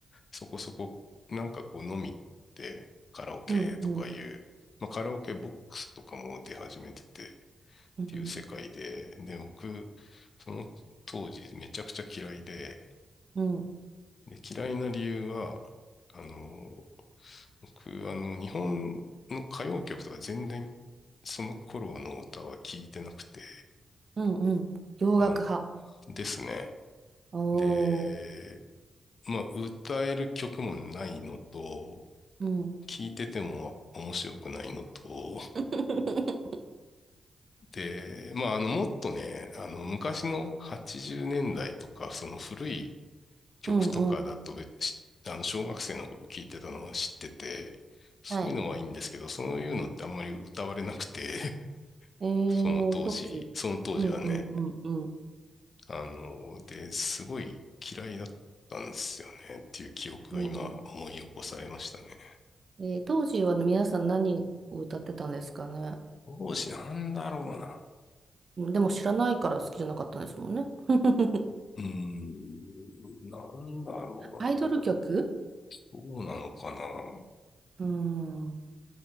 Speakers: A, on the left; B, on the right.
A: そこそこ、なんかこう飲みってカラオケとかいう、
B: うん、うん、
A: まあカラオケボックスとかも出始めててっ
B: うん、
A: ていう世界で、で、僕、その当時めちゃくちゃ嫌いで、
B: うん、
A: で、嫌いな理由は、あの、僕、あの、日本の歌謡曲とか全然その頃の歌は聞いてなくて、
B: うん、うん。洋楽派。
A: あの、ですね。
B: おー。
A: で、まあ、歌える曲もないのと、
B: うん。
A: 聞いてても面白くないのと、
B: <laughs>
A: で、まあ、あの、もっとね、あの、昔の80年代とか、その古い曲とかだと別、
B: うん、うん。
A: べしあの、小学生の頃聞いてたのは知ってて、そういうのはいいんですけど、
B: はい。
A: そういうのってあんまり歌われなくて、<laughs>
B: えー、
A: その当時、
B: 当時。
A: その当時はね。
B: うん、うん、うん、うん。
A: あの、で、すごい嫌いだったんですよねっていう記憶が今思い起こされましたね。
B: うんうんえー、当時は皆さん何を歌ってたんですかね。
A: 当時なんだろうな。
B: うんでも知らないから好きじゃなかったんですもんね。<laughs>
A: うーん、なんだろうな。
B: アイドル曲
A: どうなのかな。
B: うーん。